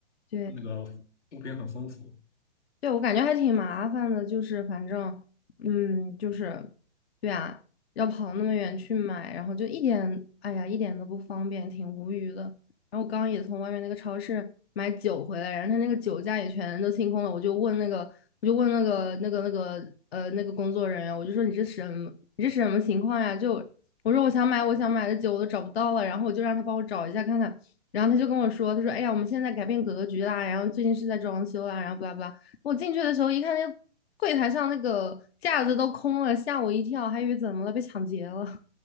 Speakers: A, on the left (about 60°); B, on the left (about 85°).
A: 对，
B: 那个物品很丰富，
A: 对，我感觉还挺麻烦的，就是反正，嗯，就是，对啊，要跑那么远去买，然后就一点，哎呀，一点都不方便，挺无语的。然后我刚刚也从外面那个超市买酒回来，然后他那个酒架也全都清空了，我就问那个，我就问那个那个那个呃那个工作人员，我就说你这什么你这什么情况呀？就我说我想买我想买的酒我都找不到了，然后我就让他帮我找一下看看，然后他就跟我说，他说哎呀，我们现在改变格局啦，然后最近是在装修啦，然后巴拉巴拉。我进去的时候一看，那个柜台上那个架子都空了，吓我一跳，还以为怎么了，被抢劫了。<laughs>